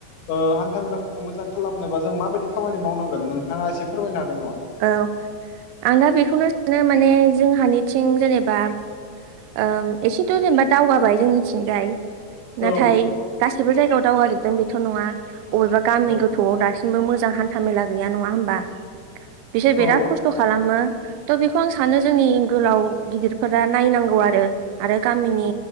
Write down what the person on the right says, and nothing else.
औ आं दा बेखौनो सानो माने जोंहानिथिं जेनेबा ओम एसेथ' जेनेबा दावगाबाय जोंनिथिंजाय नाथाय
गासिबो जायगायाव दावगाजोबदों बेथ' नङा अबेबा गामि
गोथौआव दासिम बो मोजां हान्था मेला गैया नङा होमबा? बिसोर बिराद
खस्थ खालामो। थ' बेखौ आं सानो जोंनि गोलाव गिदिरफोरा नायनांगौ आरो आरो गामिनि